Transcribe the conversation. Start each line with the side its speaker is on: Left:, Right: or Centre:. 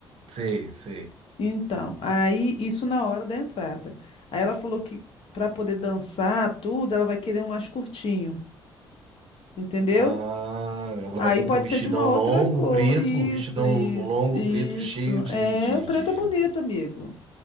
Right: Sei, sei.
Left: Então, aí isso na hora da entrada. Aí ela falou que para poder dançar tudo, ela vai querer um mais curtinho, entendeu?
Right: Ah, ela
Left: Aí
Right: vai vir
Left: pode
Right: com um vestidão
Left: ser de uma outra
Right: longo,
Left: cor.
Right: preto,
Left: Isso,
Right: um vestidão
Left: isso,
Right: longo,
Left: isso.
Right: preto, cheio de,
Left: É,
Right: de,
Left: o preto
Right: de...
Left: é bonito, amigo.